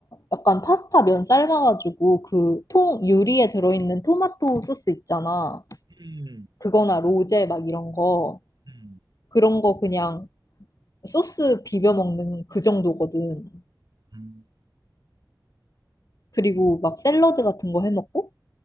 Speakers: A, on the left; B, on the right.
A: 약간 파스타 면 삶아가지고, 그 통, 유리에 들어있는 토마토 소스 있잖아.
B: 음,
A: 그거나 로제 막 이런 거.
B: 음,
A: 그런 거 그냥 소스 비벼 먹는 그 정도거든.
B: 음,
A: 그리고 막 샐러드 같은 거 해 먹고.